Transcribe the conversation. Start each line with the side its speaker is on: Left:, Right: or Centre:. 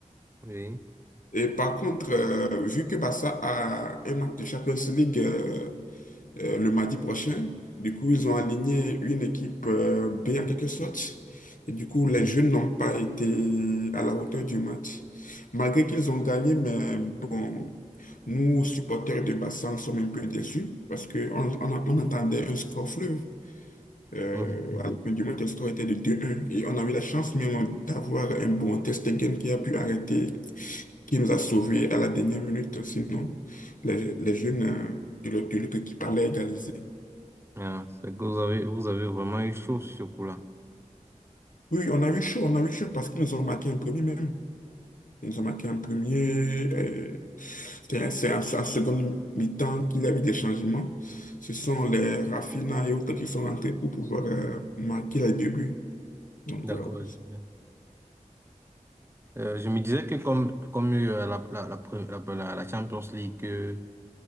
Right: Oui,
Left: Et par contre, euh, vu que Barça a un match de Champions League euh, euh, le mardi prochain, du coup, ils ont aligné une équipe euh, B en quelque sorte. Et du coup, les
Right: oui.
Left: jeunes n'ont pas été à la hauteur du match. Malgré qu'ils ont gagné, mais bon, nous, supporters de Barça, nous sommes un peu déçus parce qu'on on, on on attendait un score fleuve. Euh,
Right: Mhm.
Left: alors que du moins, que le score était de 2-1. Et on a eu la chance même d'avoir un bon test game qui a pu arrêter, qui nous a sauvés à la dernière minute. Sinon, les, les jeunes euh, de l'autre de l'autre équipe allaient égaliser.
Right: Ah, c'est que vous avez, vous avez vraiment eu chaud sur ce coup-là.
Left: Oui, oui, on a eu chaud, on a eu chaud parce qu'ils nous ont marqué en premier même. Ils nous ont marqué en premier. euh, c'est c'est en, en seconde mi-temps qu'il y a eu des changements. Ce sont les Rafinha et autres qui sont rentrés pour pouvoir euh, marquer les deux buts. Donc,
Right: D'accord.
Left: euh,
Right: je Euh, je me disais que comme, comme euh, la, la, la, pre- la, la- la Champions League euh,